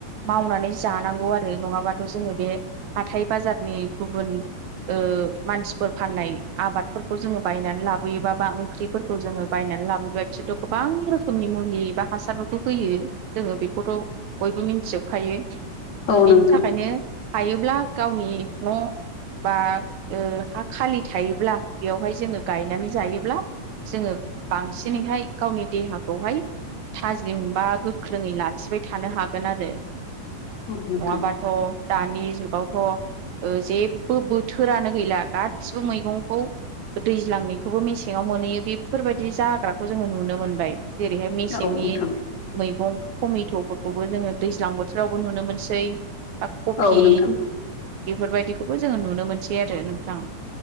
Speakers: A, on the right; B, on the left.
A: मावनानै जानांगौ आरो नङाबाथ' जोङो बे हाथाइ बाजारनि गुबुन ओ मानसिफोर फाननाय आबादफोरखौ जोङो बायनानै लाबोयोबा बा ओंख्रिफोरखौ जोङो बायनानै लाबोबा बिसोरथ' गोबां रोखोमनि मुलि एबा हासारावथ' होयो जोङो बेखौथ' बयबो मिन्थिजोबखायो
B: औ
A: बिनि
B: नोंथां
A: थाखायनो हायोब्ला गावनि न' बा ओ हा खालि थायो ब्ला बेवहाय जोङो गायनानै जायोब्ला जोङो बांसिनैहाय गावनि देहाखौहाय थाजिम बा गोख्रोङै लाखिबाय थानो हागोन आरो नङाबाथ'
B: औ नोंथां
A: दानि जुगावथ'- ओ जेबो बोथोरानो गैला गासिबो मैगं खौ दैज्लांनिखौबो मेसेङाव मोनहैयो बेफोरबादि जाग्राखौ जोङो नुनो मोनबाय जेरैहाय मेसेंनि
B: औ नोंथां
A: मैगं- टमेट'फोरखौबो जोङो दैज्लां बोथोरावबो नुनो मोनसै बा कफि
B: औ नोंथां
A: बेफोरबायदिखौबो जोङो नुनो मोनसै आरो नोंथां!